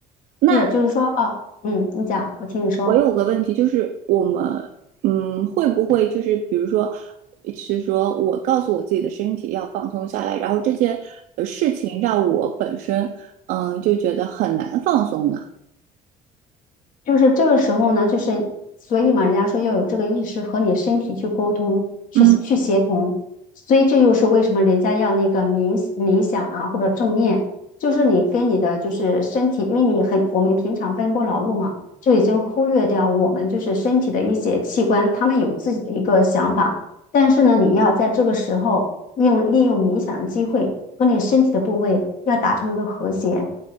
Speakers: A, on the right (about 70°); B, on the left (about 60°).
A: 那
B: 是就是说啊，嗯，你讲，我听你说。
A: 我有个问题，就是我们，嗯，会不会就是比如说，是说我告诉我自己的身体要放松下来，然后这件呃事情让我本身，嗯，就觉得很难放松呢？
B: 就是这个时候呢，就是所以嘛，人家说要有这个意识和你身体去沟通，去去协同，
A: 嗯
B: 所以这又是为什么人家要那个冥冥想啊，或者正念，就是你跟你的就是身体，因为你很我们平常奔波劳碌嘛，就已经忽略掉我们就是身体的一些器官，他们有自己的一个想法，但是呢，你要在这个时候用利用冥想的机会和你身体的部位要达成一个和谐。